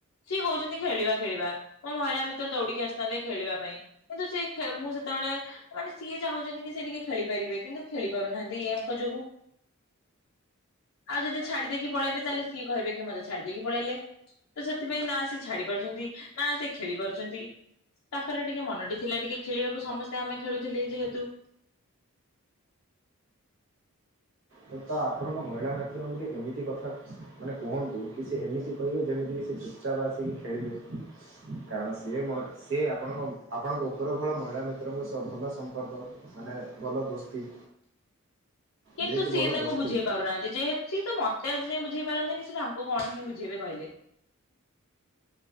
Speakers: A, on the left; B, on the right.
A: ସିଏ କହୁଛନ୍ତି ଖେଳିବା ଖେଳିବା ମୋ ମହିଳା ମିତ୍ର ଦୌଡିକି ଆସିଥାନ୍ତି ଖେଳିବା ପାଇଁ। କିନ୍ତୁ ସେ ମୁଁ ସେତେବେଳେ ମାନେ ସିଏ ଚାହୁଁଛନ୍ତି କି ସେ ଟିକେ ଖେଳିପାରିବେ କିନ୍ତୁ ଖେଳି ପାରୁନାହାନ୍ତି ଏଙ୍କ ଯୋଗୁ ଆଉ ଯଦି ଛାଡି ଦେକି ପଳାଇବି ତାହେଲେ ସିଏ କହିବେ କି ମତେ ଛାଡିଦେକି ପଳେଇଲେ। ତ ସେଥିପାଇଁ ନା ସେ ଛାଡି ପାରୁଛନ୍ତି ନା ସେ ଖେଳି ପାରୁଛନ୍ତି। ତାଙ୍କର ଟିକେ ମନଟି ଥିଲା ଟିକେ ଖେଳିବାକୁ ସମସ୍ତେ ଆମେ ଖେଳୁଥିଲେ ଯେହେତୁ।
B: ତ ତା ଆପଣଙ୍କ ମହିଳା ମିତ୍ରଙ୍କୁ ଗୋଟେ ଏମିତି କଥା ମାନେ କୁହନ୍ତୁ କି ସେ ଏମିତି କହିବେ ଯେମିତିକି ସେ ଚୁପଚାପ ଆସିକି ଖେଳିବେ। କାରଣ ସିଏ ମହି ସିଏ ଆପଣଙ୍କ ଆପଣଙ୍କ ଉପର ଘର ମହିଳା ମିତ୍ରଙ୍କ ସହ ଭଲ ସମ୍ପର୍କ ମାନେ ଭଲ ଦୋସ୍ତି।
A: କିନ୍ତୁ
B: ଯେହେତୁ
A: ସିଏ
B: ଭଲ
A: ତାଙ୍କୁ
B: ଦୋସ୍ତି
A: ବୁଝେଇ ପାରୁନାହାନ୍ତି ଯେହେତୁ ସିଏ ତ ମତେ ଆଜି ଯାଏ ବୁଝେଇ ପାରି ନାହାଁନ୍ତି ସେ ତାଙ୍କୁ କଣ ହିଁ ବୁଝେଇବେ କହିଲେ।